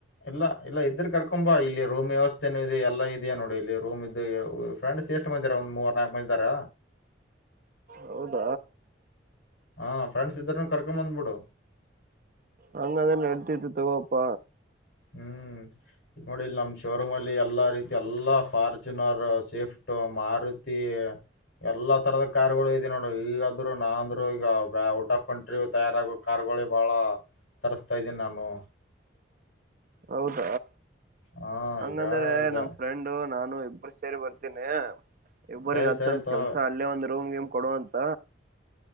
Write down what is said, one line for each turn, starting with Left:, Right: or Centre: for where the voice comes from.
Left: ಇಲ್ಲ ಇಲ್ಲ ಇದ್ರ ಕರ್ಕೊಂಬಾ ಇಲ್ಲಿ ರೂಮ್ ವ್ಯವಸ್ಥೆನು ಇದೆ ಎಲ್ಲಾ ಇದೆಯ ನೋಡಿ ಇಲ್ಲಿ ರೂಮ್ ಇದ ಫ್ರೆಂಡ್ಸ್ ಎಷ್ಟ್ ಮಂದಿಹಾದರ ಒಂದ್ ಮೂರ್ ನಾಕ ಮಂದಿಯಿದ್ದಾರ
Right: ಹೌದ
Left: ಹಾ ಫ್ರೆಂಡ್ಸ್ ಇದ್ರ ಕರ್ಕೊಬಂದ್ಬಿಡು
Right: ಹಾಗಂದ್ರೆ ನೆಡಿತೈತೆತಕೊಪ್ಪ
Left: ಹ್ಮ್ ಈಗ ನೋಡಿ ಇಲ್ಲಿ ನಮ್ಮ್ ಶೋರೂಮ್ ಅಲ್ಲಿ ಎಲ್ಲಾ ರೀತಿ ಎಲ್ಲಾ ಫಾರ್ಚುನರ್ ಸೇಫ್ಟ್ ಮಾರುತಿ ಎಲ್ಲಾ ತರದ ಕಾರ್ಗಳು ಇದ ನೋಡ ಈಗಾದ್ರು ನಾಂದ್ರು ಈಗ ಔಟ್ ಆಫ್ ಕಂಟ್ರಿ ತಯಾರಾಗೋ ಕಾರ್ಗಳು ಬಹಳ ತರ್ಸ್ತಾ ಇದ್ದೀನಿ ನಾನು
Right: ಹೌದ
Left: ಹಾ
Right: ಹಂಗಂದ್ರೆ
Left: ಈಗ ಜ-
Right: ನಮ್ ಫ್ರೆಂಡು ನಾನು ಇಬ್ಬರು ಸೇರಿ ಬರ್ತೀನ ಇಬ್ಬರಿಗ
Left: ಸರಿ
Right: ಹಚ್ಚಂತ
Left: ಸರಿ ತೋ
Right: ಕೆಲ್ಸ ಅಲ್ಲೇ ಒಂದ್ ರೂಮ್ ಗೀಮ್ ಕೊಡುವಂತ